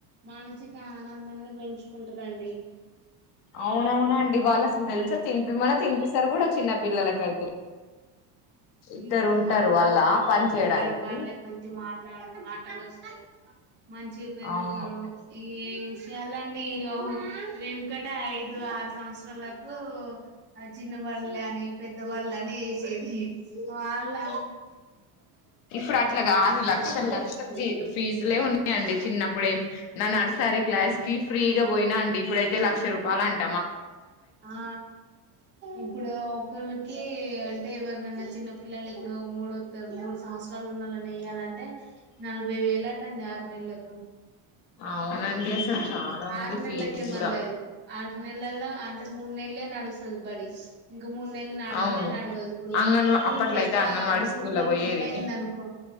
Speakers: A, on the right; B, on the left.
A: మానసిక నందాన్ని పెంచు కుంటారండి
B: అవునవునండి వాళ్ళ తెలుసా తినిపిమన్న తిపి సర్ కూడా చిన్న పిల్లలకైతే ఇద్దరు
A: హ్మ్
B: ఉంటారు
A: వాళ్ళ వాళ్ళ తింటరు
B: పని చేయడానికి
A: వాళ్ళు వాళ్ళే మంచి మాట్లాడ మాటలు వస్తాయి మంచిగా పెరుగుతారు
B: అవును
A: ఏ విషయాలండి ఏ వెనుకట ఐదు ఆరు సంవత్సరాలకు చిన్న వాళ్ళ అని పెద్దవాళ్ళుని వేసేది వాళ్ళ
B: ఇప్పుడు అట్లాగాదు
A: పట్టించుకోకపోయేది
B: లక్షల లక్షల ఫీజులే ఉన్నాయండి చిన్నప్పుడే నా నర్సరీ క్లాస్
A: ఉమ్.
B: కి ఫ్రీగా పోయినా అండి ఇప్పుడయితే లక్ష రూపాయ అంటే
A: ఆ ఇప్పుడు ఒకళ్ళ కీ అంటే ఎవరినన్న చిన్న పిల్లల్ని ఇప్పుడు మూడు తర్ మూడు సంవత్సరాలు ఉన్నళ్ళని వేయ్యాలంటే నలభై వేలట అండి ఆరు నెల్లకు
B: అవునండి అసలు చాలా ఉంది
A: ఆరు నెల్లకే
B: ఫీజు
A: మళ్లది
B: కూడా
A: ఆరు నెలలా అంటే మూడు నెల్లే నడుస్తాది బడి ఇంకో మూడు నెల్లు నడవనే
B: అవును
A: నడవదు ఇప్పుడు
B: అంగన్వా
A: జూన్
B: అప్పట్లో
A: లో
B: అయితే
A: స్టా
B: అంగన్వాడీ స్కూల్లో
A: జూన్ లో
B: పోయేది
A: మొదలయింది అనుకో